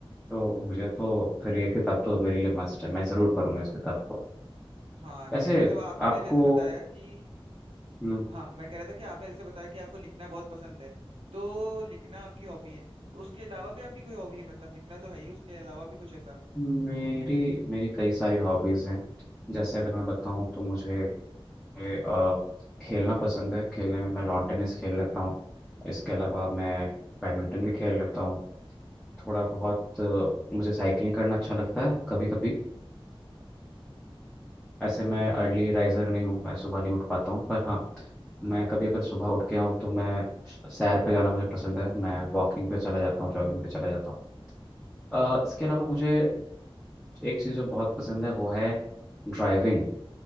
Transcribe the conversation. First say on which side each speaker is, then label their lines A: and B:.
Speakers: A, in the centre; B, on the right.
A: तो मुझे तो फिर ये किताब तो मेरे लिए मस्ट है मैं ज़रूर पढ़ूंगा इस किताब को
B: हाँ जी
A: वैसे
B: मतलब आपने
A: आपको
B: जैसे बताया कि
A: हम्म,
B: हाँ मैं कह रहा था कि आपने जैसे बताया कि आपको लिखना बहुत पसंद है तो लिखना आपकी हॉबी है तो उसके अलावा भी आपकी कोई हॉबी है मतलब लिखना तो है ही उसके अलावा भी कुछ ऐसा
A: मेरी मेरी कई सारी हॉबीज़ हैं जैसे अगर मैं बताऊं तो मुझे अ, खेलना पसंद है खेलने में मैं लॉन टेनिस खेल लेता हूँ इसके अलावा मैं बैडमिंटन भी खेल लेता हूँ थोड़ा बहुत अ, मुझे साइकिलिंग करना अच्छा लगता है कभी कभी ऐसे मैं अर्ली राइजर नहीं हूँ मैं सुबह नहीं उठ पाता हूँ पर हाँ मैं कभी अगर सुबह उठ गया हूँ तो मैं श- सैर पे जाना मुझे पसंद है मैं वॉकिंग पे चला जाता हूँ जॉगिंग पे चला जाता हूँ अ,
B: अच्छा
A: इसके अलावा मुझे एक चीज़ जो बहुत पसंद है वो है ड्राइविंग